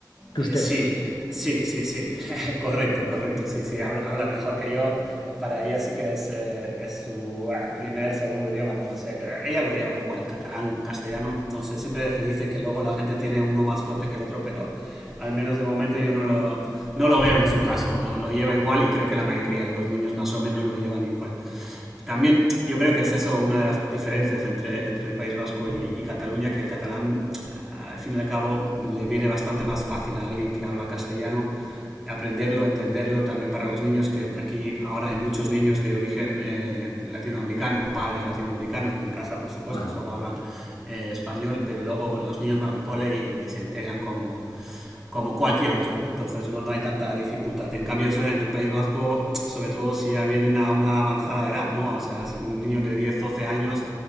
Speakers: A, on the left; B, in the centre.
A: Que
B: Eh,
A: usted.
B: Sí, sí, sí, sí. <laughs> correcto, correcto. Sí, sí. Habla, habla mejor que yo. Para ella sí que es, eh, es su ah, primer, segundo idioma, no lo sé. Ella lo lleva igual, catalán, castellano, no sé. Siempre se dice que luego la gente tiene uno más fuerte que el otro, pero al menos de momento yo no lo, no lo veo en su caso. ¿no? Lo lleva igual y creo que la mayoría de los niños más o menos lo llevan igual. También yo creo que es eso una de las diferencias entre, entre el País Vasco y, y Cataluña, que el catalán, eh, al fin y al cabo, le viene bastante más fácil a alguien que habla castellano aprenderlo, entenderlo también para los niños, que aquí ahora hay muchos niños de origen eh, latinoamericano o padres latinoamericanos que en casa, por supuesto,
A: Ajá.
B: solo hablan eh, español, pero luego los niños van al cole y se entregan como como cualquier otro. Entonces no, no hay tanta dificultad. En cambio, eso en el País Vasco, sobre todo si ya vienen a una avanzada edad, ¿no? O sea, si un niño de 10 12 años